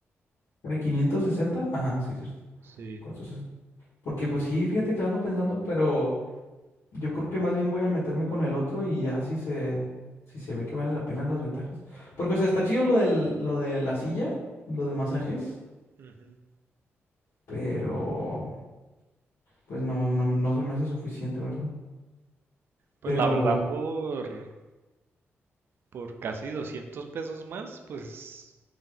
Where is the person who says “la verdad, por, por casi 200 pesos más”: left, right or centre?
Right